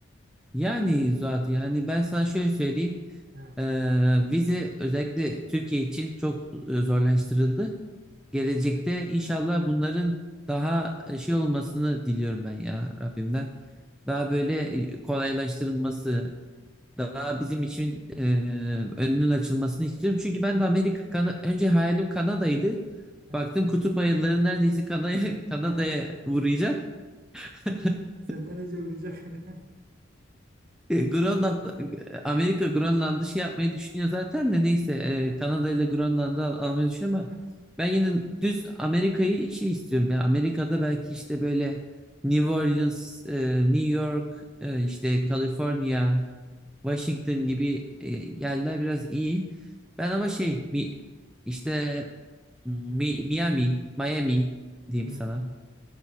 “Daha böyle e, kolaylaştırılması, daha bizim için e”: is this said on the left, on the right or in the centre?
Centre